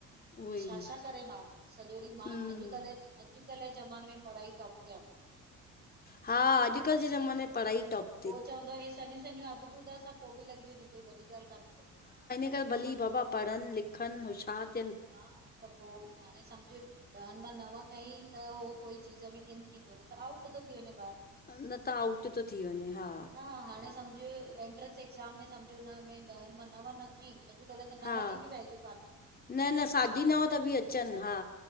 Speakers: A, on the left; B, on the right.
A: उहो
B: त
A: ई
B: छा छा करे माण्हू सॼो ॾींहुं मां
A: हम्म
B: अॼुकल्ह। अॼुकल्ह जे ज़माने में पढ़ाई टॉप थि आ।
A: हा अॼुकल्ह जे ज़माने पढ़ाई टॉप --
B: पो चवंदो हे सनयू सनयू आदतु असां पोइ बि लॻी वेंदी कोई वॾी ॻाल्हि कान्हे को।
A: अगर भली बाबा पढ़न लिखन होश्यार --
B: हा त पोइ हाणे सम्झ -- ॾहनि मां नव खईं त हो कोई चीज में इन थींदो न त आउट थो थी वञे ॿार।
A: न त आउट थो थी वञे हा।
B: ह हाणे सम्झ -- एंट्रेंस एक्ज़ाम में सम्झो हुन में ॾहनि मां नव न खयईं अॼुकल्ह त नव
A: हा
B: जी बि वैल्यू कान्हे।
A: न न साढी नव त बि अचन हा।